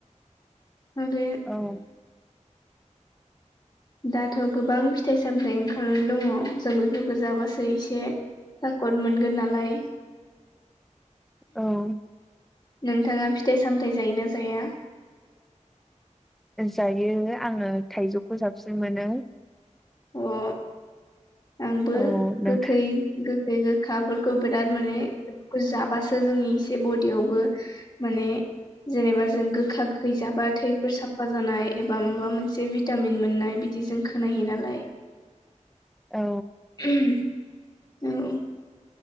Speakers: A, on the left; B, in the centre.
A: आरो
B: औ
A: दाथ' गोबां फिथाइ सामथाइ ओंखारनानै दंङो जों बेफोरखौ जाबासो एसे सापद मोनगोन नालाय।
B: औ
A: नोंथांङा फिथाइ सामथायाइ जायोना जाया
B: जायो आंङो थायजौखौ साबसिन मोनो
A: अ आंबो
B: औ नोंथां
A: गोखै गोखै गोखाफोरखौ बिराद मानेखौ जाबासो जोंनि एसे बडियावबो माने जेनेबा जों गोखा गोखै जाबा थैफोर साफा जानाय एबा माबा मोनसे भिटामिन मोननाय बिदि जों खोनायो नालाय
B: औ
A: औ